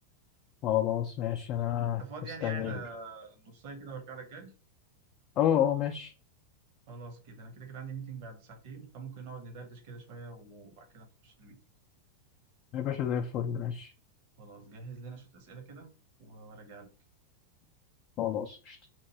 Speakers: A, on the left; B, on the right.
A: خلاص ماشي أنا
B: انت فاضي
A: مستنيك
B: يعني قاعد آه، نص ساعة كده وارجع لك جري
A: أه أه ماشي
B: خلاص كده انا كده كده عندي ميتنج بعد ساعتين فممكن نقعد ندردش كده شوية وبعد كده نخش الميتنج
A: يا باشا زي الفل ماشي
B: خلاص جهز لنا شوية أسئلة كده و- وراجع
A: خلاص